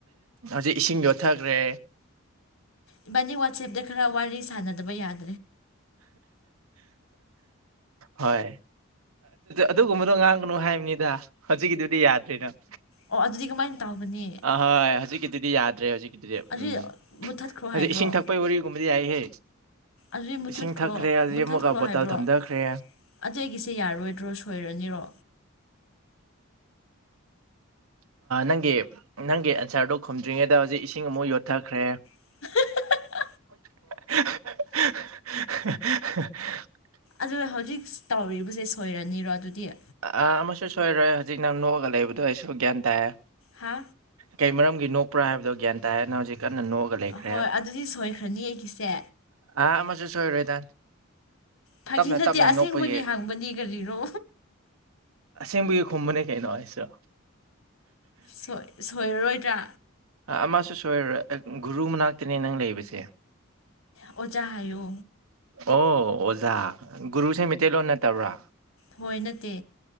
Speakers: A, on the right; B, on the left.
A: ꯍꯧꯖꯤꯛ ꯏꯁꯤꯡ ꯌꯣꯠꯊꯈ꯭ꯔꯦ
B: ꯏꯕꯥꯅꯤ ꯋꯥꯆꯦꯞꯇ ꯈꯔ ꯋꯥꯔꯤ ꯁꯥꯟꯅꯗꯕ ꯌꯥꯗꯦ
A: ꯍꯣꯏ ꯑꯗꯨꯒꯨꯝꯕꯗꯣ ꯉꯥꯡꯕꯅꯨ ꯍꯥꯏꯕꯅꯤꯗ ꯍꯧꯖꯤꯛꯀꯤꯗꯨꯗꯤ ꯌꯥꯗ꯭ꯔꯦ ꯅꯪ
B: ꯑꯣ ꯑꯗꯨꯗꯤ ꯀꯃꯥꯏꯅ ꯇꯧꯒꯅꯤ
A: ꯑꯍꯣꯏ ꯍꯧꯖꯤꯛꯀꯤꯗꯤꯗꯤ ꯌꯥꯗ꯭ꯔꯦ ꯍꯧꯖꯤꯛ ꯗꯤ
B: ꯑꯗꯨꯗꯤ
A: ꯎꯝ
B: ꯃꯨꯠꯊꯠꯈ꯭ꯔꯣ
A: ꯑꯗꯨꯗ
B: ꯍꯥꯏꯕ꯭ꯔꯣ
A: ꯏꯁꯤꯡ ꯊꯛꯄꯩ ꯋꯥꯔꯤꯒꯨꯝꯕꯗꯤ ꯌꯥꯏꯍꯦ
B: ꯑꯗꯨꯏ ꯃꯨꯠꯊꯠꯈ꯭ꯔꯣ
A: ꯏꯁꯤꯡ ꯊꯛꯈ꯭ꯔꯦ ꯍꯧꯖꯤꯛ
B: ꯃꯨꯠꯊꯠꯈ꯭ꯔꯣ
A: ꯑꯃꯨꯛꯀ ꯕꯣꯇꯜ
B: ꯍꯥꯏꯕ꯭ꯔꯣ
A: ꯊꯝꯊꯈ꯭ꯔꯦ
B: ꯑꯗꯨ ꯑꯩꯒꯤꯁꯦ ꯌꯥꯔꯣꯏꯗ꯭ꯔꯣ ꯁꯣꯏꯔ ꯔꯅꯤꯔꯣ
A: ꯅꯪꯒꯤ ꯅꯪꯒꯤ ꯑꯟꯁꯔꯗꯣ ꯈꯨꯝꯗ꯭ꯔꯤꯉꯩꯗ ꯍꯧꯖꯤꯛ ꯏꯁꯤꯡ ꯑꯃꯨꯛ ꯌꯣꯠꯊꯈ꯭ꯔꯦ
B: <inaudible>
A: <unintelligible>
B: ꯑꯗꯨ ꯍꯧꯖꯤꯛ ꯇꯧꯔꯤꯕꯁꯦ ꯁꯣꯏꯔꯅꯤꯔꯣ ꯑꯗꯨꯗꯤ
A: ꯑꯥ ꯑꯃꯁꯨ ꯁꯣꯏꯔꯣꯏ ꯍꯧꯖꯤꯛ ꯅꯪ ꯅꯣꯛꯑꯒ ꯂꯩꯕꯗꯣ ꯑꯩꯁꯨ ꯒ꯭ꯌꯥꯟ ꯇꯥꯏꯌꯦ
B: ꯍꯥ
A: ꯀꯩ ꯃꯔꯝꯒꯤ ꯅꯣꯛꯄ꯭ꯔꯥ ꯍꯥꯏꯕꯗꯣ ꯒ꯭ꯌꯥꯟ ꯇꯥꯏꯌꯦꯅ ꯍꯧꯖꯤꯛ ꯀꯟꯅ ꯅꯣꯛꯑꯒ ꯂꯩꯈ꯭ꯔꯦ
B: ꯍꯣꯏ ꯑꯗꯨꯗꯤ ꯁꯣꯏꯈ꯭ꯔꯅꯤ ꯑꯩꯒꯤꯁꯦ
A: ꯑꯥ ꯑꯃꯁꯨ ꯁꯣꯏꯔꯣꯏꯗ
B: ꯐꯥꯒꯤ
A: ꯇꯞꯅ
B: ꯅꯠꯇꯦ
A: ꯇꯞꯅ
B: ꯑꯁꯦꯡꯕꯒꯤ
A: ꯅꯣꯛꯄꯒꯤ
B: ꯍꯪꯕꯅꯦ ꯀꯔꯤꯔꯣ
A: ꯑꯁꯦꯡꯕꯒꯤ ꯈꯨꯝꯕꯅꯦ ꯀꯩꯅꯣ ꯑꯩꯁꯨ
B: ꯁꯣꯏ ꯁꯣꯏꯔꯔꯣꯏꯗ꯭ꯔꯥ
A: ꯑꯃꯁꯨ ꯁꯣꯏꯔꯔꯣꯏ ꯒꯨꯔꯨ ꯃꯅꯥꯛꯇꯅꯦ ꯅꯪ ꯂꯩꯕꯁꯦ
B: ꯑꯣꯖꯥ ꯍꯥꯏꯌꯣ
A: ꯑꯣ ꯑꯣꯖꯥ ꯒꯨꯔꯨꯁꯦ ꯃꯩꯇꯩꯩꯂꯣꯟ ꯅꯠꯇꯕ꯭ꯔꯥ
B: ꯍꯣꯏ ꯅꯠꯇꯦ